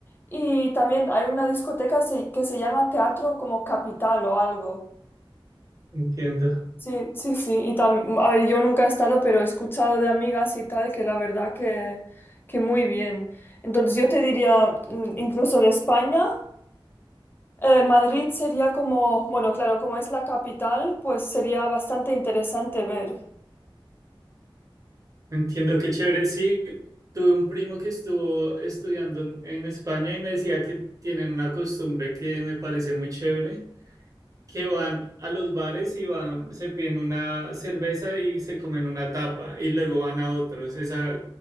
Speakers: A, on the left (about 25°); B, on the right (about 40°).
A: y también hay una discoteca se- que se llama Teatro como Capital o algo.
B: Entiendo,
A: Sí, sí, sí. Y tam- a ver, yo nunca he estado, pero he escuchado de amigas y tal que la verdad que, que muy bien. Entonces yo te diría, mm, incluso de España. Eh, Madrid sería como, bueno, claro, como es la capital, pues sería bastante interesante ver.
B: entiendo qué chévere. Sí, tuve un primo que estuvo estudiando en en España y me decía que tienen una costumbre que me parece muy chévere que van a los bares y van, se piden una cerveza y se comen una tapa y luego van a otros. Esa,